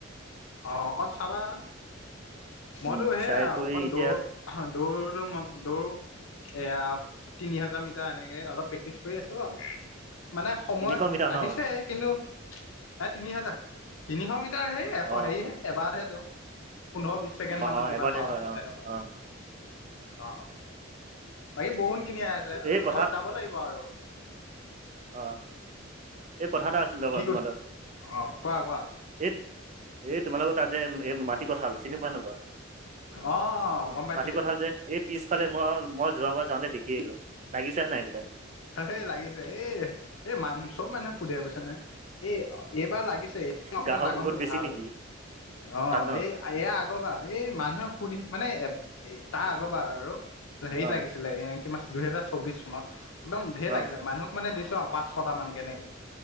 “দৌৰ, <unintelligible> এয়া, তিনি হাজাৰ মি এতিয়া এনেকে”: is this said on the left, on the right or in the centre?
Left